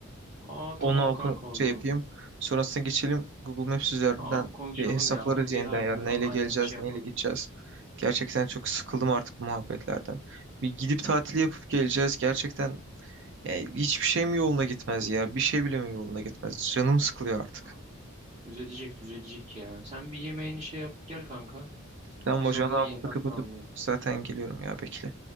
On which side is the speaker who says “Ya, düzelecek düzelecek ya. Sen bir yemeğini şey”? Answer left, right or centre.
Right